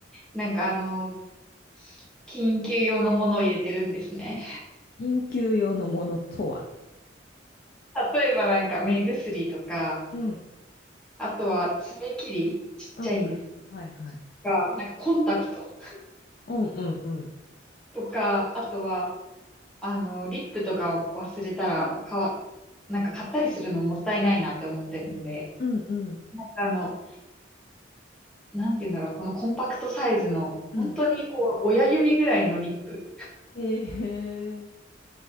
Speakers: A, in the centre; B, on the left.
A: なんかあの、緊急用のものを入れてるんですね。
B: 緊急用のものとは
A: 例えばなんか目薬とか、
B: うん。
A: あとは爪切り、ちっちゃいんです
B: うんはいはい。
A: が、なんかコンタクト
B: うんうんうん。
A: とか、あとは、あの、リップとか忘れたら、かわ、なんか買ったりするのもったいないなって思ってるんで、
B: うんうん。
A: あの、なんて言うんだろう、このコンパクトサイズの、
B: うん。
A: 本当にこう、親指ぐらいのリップ。
B: ええ